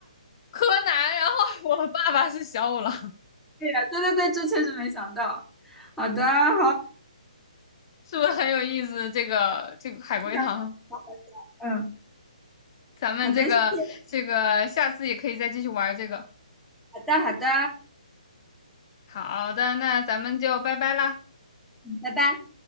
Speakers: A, on the left; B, in the centre.
A: 柯南，然后 <laughs> 我的爸爸是小五郎，
B: 对呀，对对对，这确实没想到。好的，好，
A: 是不是很有意思？这个这个海龟汤，
B: 非常有好好笑嗯，
A: 咱们这个这个下次也可以再继续玩这个。
B: 好的，谢谢，好的，好的，
A: 好的，那咱们就拜拜啦。
B: 嗯拜拜。